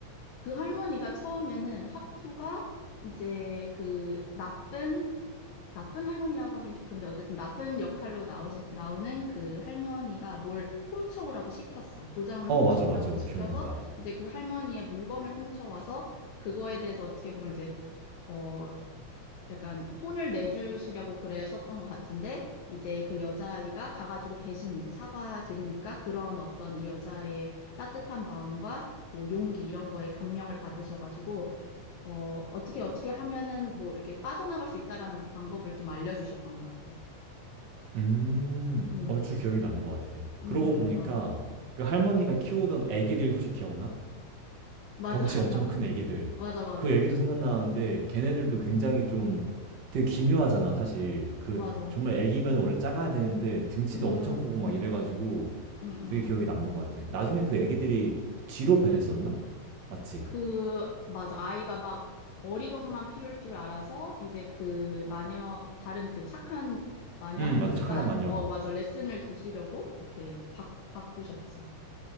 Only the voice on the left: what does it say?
그 할머니가 처음에는 하쿠가 이제 그 나쁜 나쁜 할머니라고 하긴 좀 그런데 어쨌든 나쁜 역할로 나오시, 나오는 그 할머니가 뭘 훔쳐오라고 시켰어. 도장을
훔쳐오라고
시켜서
이제 그 할머니의 물건을 훔쳐와서 그거에 대해서 어떻게 보면 이제 어 약간 혼을 내주시려고 그러셨던 것 같은데 이제 그 여자아이가 가가지고 대신 이제 사과드리니까 그런 어떤 이 여자아이의 따뜻한 마음과 뭐 용기 이런 거에 감명을 받으셔가지고 어, 어떻게 어떻게 하면은 뭐 이렇게 빠져나갈 수 있다라는 방법을 좀 알려주셨던 것 같아.
음,
음,
맞아,
맞아,
<laughs>
맞아, 맞아,
맞아.
음,
음,
음, 음.
그, 맞아. 아이가 막 어리광만 피울 줄 알아서 이제 그 마녀, 다른 그 착한 마녀
할머니가,
어, 맞아. 레슨을 주시려고 이렇게 바, 바꾸셨지.